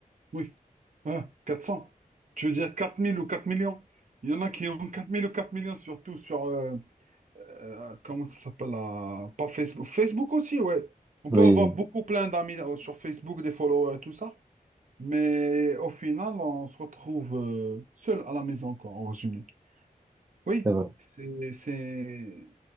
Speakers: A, on the right; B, on the right.
A: oui. Ah, quatre cents. Tu veux dire 4000 ou quatre millions? Il y en a qui ont 4000 ou 4 millions, surtout sur... euh, euh, comment ça s'appelle euh, Pas Facebook. Facebook aussi, ouais. On
B: <laughs>
A: peut
B: oui,
A: avoir beaucoup plein d'amis euh, sur Facebook, des followers et tout ça. Mais au final, on se retrouve euh, seul à la maison, quoi, en résumé. Oui,
B: c'est vrai.
A: c'est, c'est,